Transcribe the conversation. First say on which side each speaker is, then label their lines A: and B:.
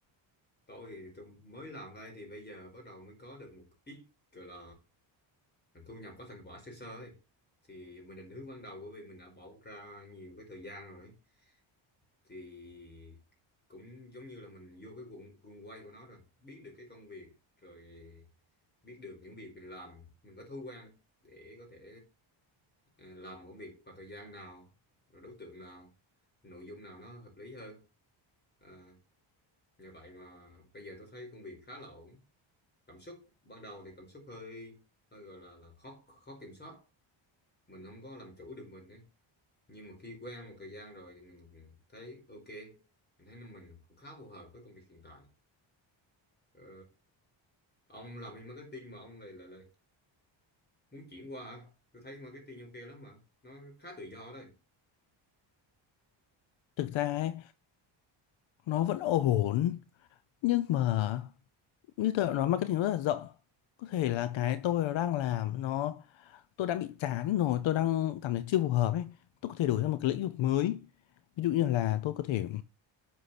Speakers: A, on the left (about 20°); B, on the left (about 70°).
A: tôi thì tôi mới làm đây thì bây giờ bắt đầu mới có được một ít gọi là thu nhập có thành quả sơ sơ ấy. thì mình định hướng ban đầu bởi vì mình đã bỏ ra nhiều cái thời gian rồi ấy. thì cũng giống như là mình vô cái guồng guồng quay của nó rồi biết được cái công việc rồi biết được những việc mình làm mình có thói quen để có thể ờ, làm công việc vào thời gian nào rồi đối tượng nào nội dung nào nó hợp lý hơn Ờ, nhờ vậy mà bây giờ tôi thấy công việc khá là ổn cảm xúc ban đầu thì cảm xúc hơi hơi gọi là là khó khó kiểm soát mình không có làm chủ được mình ấy nhưng mà khi quen một thời gian rồi thì mình thấy ok mình thấy là mình cũng khá phù hợp với công việc hiện tại ờ, ông làm bên marketing mà ông lại lại lại muốn chuyển qua hả? tôi thấy marketing ok lắm mà nó khá tự do đấy
B: thực ra ấy, nó vẫn ổn nhưng mà như tôi đã nói marketing nó rất là rộng có thể là cái tôi đang làm nó tôi đã bị chán rồi tôi đang cảm thấy chưa phù hợp ấy tôi có thể đổi ra một cái lĩnh vực mới ví dụ như là tôi có thể